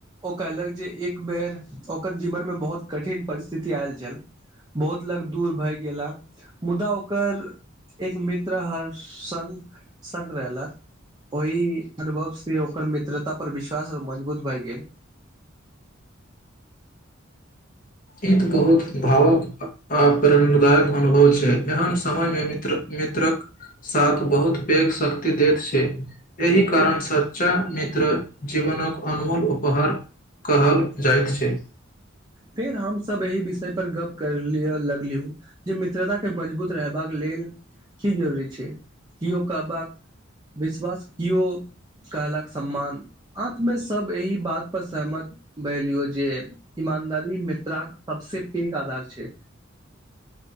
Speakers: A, on the right (about 20°); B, on the left (about 45°).
A: ओ कहलक जे एक बेर ओकर जीवनमे बहुत कठिन परिस्थिति आयल छल बहुत लग दूर भए गेला मुदा ओकर एक मित्र हर संग सग रहलक ओहि अनुभव से ओकर मित्रता पर विश्वास आ मजबूत भए गेल
B: ई तऽ बहुत भावक आ प्रेरणादायक अनुभव छै एहन समयमे मित्र मित्रक साथ बहुत पैघ शक्ति दैत छै एहि कारण सच्चा मित्र जीवनक अनमोल उपहार कहल जाइत छै
A: फेर हमसभ एहि विषय पर गप करलिय लगलियौ जे मित्रता के मजबूत रहबाक लेल की जरूरी छै केओ कहबाक विश्वास केओ कहलक सम्मान अतमे सब एहि बात पर सहमत भेलियौ जे ईमानदारी मित्रा सबस पैघ आधार छै